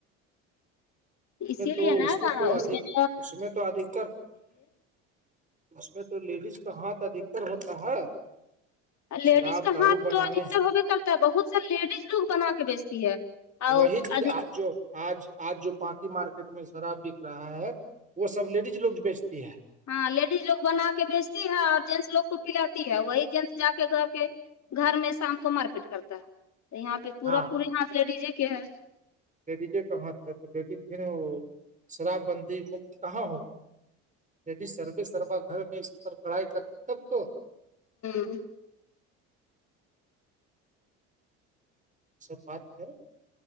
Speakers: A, on the left; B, on the right.
A: اسی
B: میں
A: لیے
B: تو
A: نا
B: میں تو ادھک
A: اس کے ن
B: اس تو ادکر اس میں تو لیڈیز کا ہاتھ ادھکتر ہوتا ہے
A: لیڈیز
B: شراب
A: کا
B: دارو
A: ہاتھ
B: بنانے
A: تو ادکتر ہوبے کرتا ہے بہت سا ل لیڈیز لوگ بنا کے بیچتی ہے اور
B: وہی چیز
A: ادھی
B: آج جو آج آج جو پاناکی مارکیٹ میں شراب بک رہا ہے وہ سب لیڈیز لوگ بیچتی ہے
A: ہاں لیڈیز لو بنا کے بیچتی ہے اور جینٹس لوگ کو پھلاتی ہے وہی جینٹس جا کے گا کے گھر میں شام کو مار پیٹ کرتا ہے تو یہاں پہ پورا
B: ہاں
A: پوری یہ پ لی ڈی جے کے ہے
B: لیڈیج کہاں تھے تو لیڈی وہ شراب بندی مکت کہاں ہوگی د سروے سروا گھر میں اس پر کڑھائی کر تب تو
A: ہوں
B: سب بات ہے